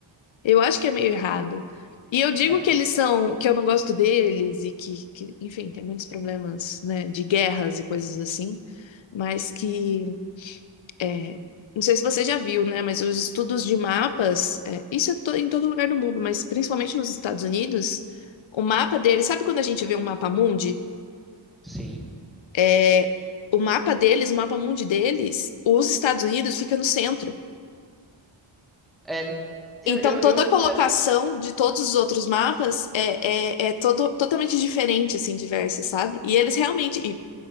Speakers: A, on the left; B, in the centre.
A: eu acho que é meio errado. E eu digo
B: É,
A: que eles são, que eu não gosto deles e que, que, enfim, tem muitos problemas, né, de guerras e coisas assim, mas que, é, não sei se você já viu, né, mas os estudos de mapas, é, isso é to- em todo lugar do mundo, mas principalmente nos Estados Unidos, o mapa deles, sabe quando a gente vê um mapa mundi?
B: sim.
A: É, o mapa deles, o mapa mundi deles, os Estados Unidos fica no centro.
B: É, eu,
A: Então,
B: eu,
A: toda
B: eu nunca.
A: a colocação de todos os outros mapas é, é, é todo, totalmente diferente, assim, diversa, sabe? E eles realmente. E